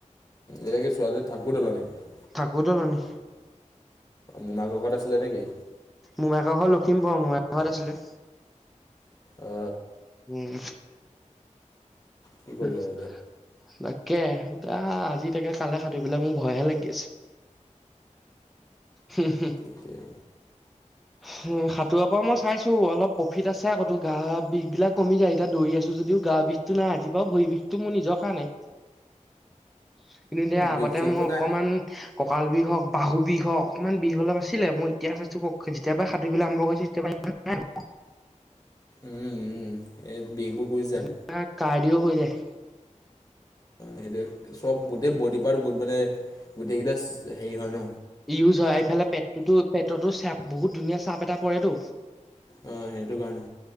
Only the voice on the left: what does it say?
এয়া কি ছোৱালীজনী ঠাকুৰ দলা নেকি
মোমাকৰ ঘৰত আছিলে নেকি
অ'
কি কৰিবি
আৰু
এতিয়া
বিষ চিষবোৰ
নাই
উম উম এই বিষবোৰ গুচি যায়।
সেইটো চব গোটেই বডি পাৰ্টো মানে গোটেইকেইটা হেৰি হয় ন
অঁ সেইটো কাৰণে